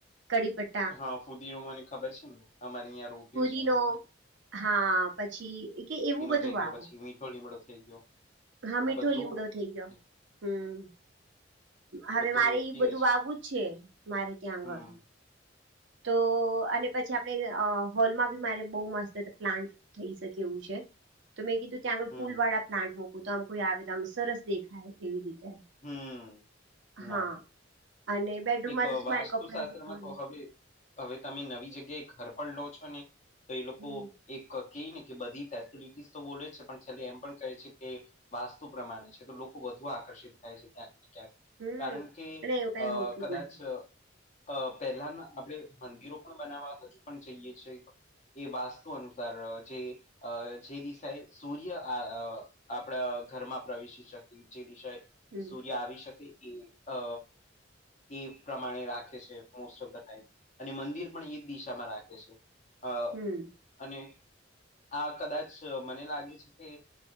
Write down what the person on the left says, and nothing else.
હા ફુદીનો મને ખબર છે ને અમારી અહીંયા રોપયો
છે ને એટલે.
થઈ
ગયો પછી મીઠો લીમડો થઈ ગયો
આ બધું
હમ,
બધું
રોપીએ
હમ
હમ
હમ.
ના
એક
વાસ્તુશાસ્ત્રમાં
તો હવે હવે તમે નવી જગ્યાએ ઘર પણ લો છો ને તો એ લોકો
એક કેયને કે બધી ફેસિલિટીસ તો બોલે છે પણ છેલ્લે એમ પણ કહે છે કે વાસ્તુ પ્રમાણે છે તો લો વધુ આકર્ષિત થાય છે ક્યાંક ને ક્યાંક
કારણ કે
અ
કદાચ
અ પહેલાના આપણે મંદિરો પણ બનાવવા હજુ પણ જઈએ છે. એ વાસ્તુ અનુસાર જે અ જે દિશા આ અ સૂર્ય આપણા ઘરમાં પ્રવેશી શકે જે દિશાએ
સૂર્ય આવી શકે એ અ એ પ્રમાણે રાખે છે મોસ્ટ ઓફ ધ ટાઈમ અને મંદિર પણ એ જ દિશામાં રાખે છે. અ
અને આ કદાચ મને લાગે છે કે